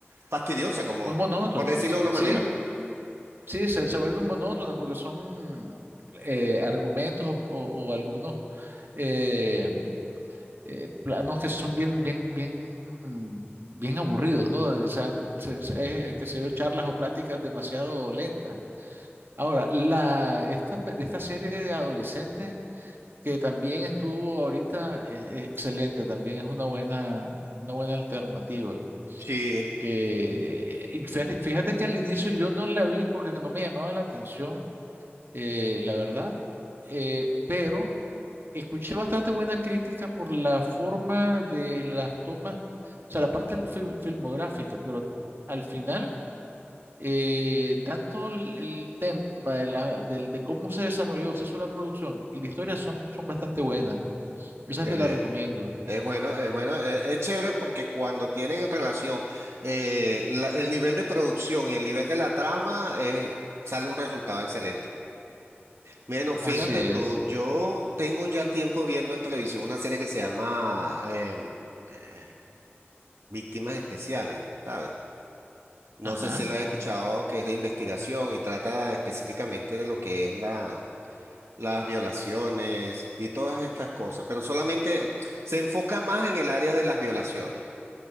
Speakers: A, on the right (about 80°); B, on the right (about 55°).
A: fastidiosa, como
B: Muy monótona.
A: por decirlo de una
B: Sí,
A: manera.
B: sí, se, se vuelve monótona porque son eh, argumentos o, o- o algunos eh, eh, planos que son bien, bien, bien, bien aburridos, ¿no? O sea, se- se- eh, que se dio charlas o pláticas demasiado lentas. Ahora, la, esta, pe- esta serie de adolescentes que también estuvo ahorita es excelente, también es una buena, una buena alternativa
A: Sí,
B: que eh, y fíjate, fíjate que al inicio yo no la vi porque no me llamaba la atención, eh, la verdad, eh, pero escuché bastante buena crítica por la forma de las tomas, o sea, la parte fil- filmográfica, pero al final, eh, tanto el, el tema de, la- del- de cómo se desarrolló, se hizo la producción y la historia son, son bastante buenas. Esa
A: qué
B: te
A: bien.
B: la recomiendo.
A: Es bueno, es bueno, e- es, chévere porque cuando tienen en relación eh, la- el nivel de producción y el nivel de la trama, eh, sale un resultado excelente. Bueno, fíjate
B: Así es.
A: tú, yo tengo ya tiempo viendo en televisión una serie que se llama em, eh, Víctimas Especiales, ¿sabes? No
B: Ajá.
A: sé si la he escuchado, que es de investigación y trata específicamente de lo que es la, las violaciones y todas estas cosas, pero solamente se enfoca más en el área de las violaciones.